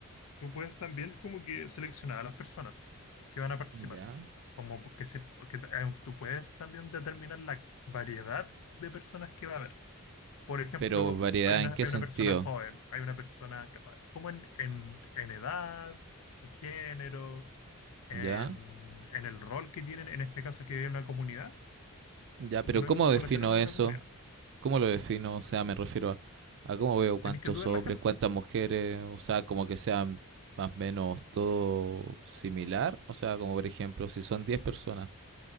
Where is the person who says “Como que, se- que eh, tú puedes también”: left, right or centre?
Left